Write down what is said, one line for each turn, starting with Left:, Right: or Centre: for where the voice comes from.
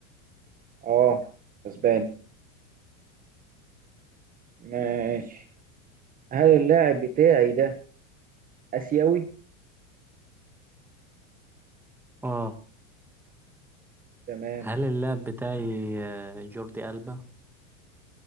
Right: اه اسباني ماشي هل اللاعب بتاعي ده آسيوي؟
Centre: اه
Right: تمام
Centre: هل اللاعب بتاعي آه، جوردي ألبا؟